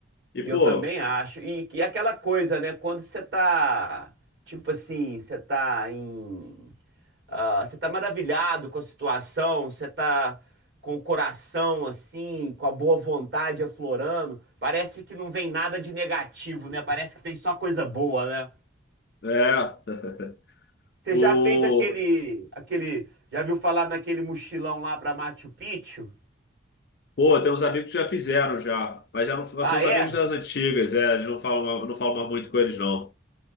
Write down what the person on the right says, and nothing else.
Eu
também acho. E, e aquela coisa, né? Quando você tá, tipo assim, você tá em. ah, você tá maravilhado com a situação, você tá com o coração, assim, com a boa vontade aflorando. Parece que não vem nada de negativo, né? Parece que tem só coisa boa, né?
Você já
fez aquele, aquele, já viu falar naquele mochilão lá pra Machu Picchu?
Ah,
é?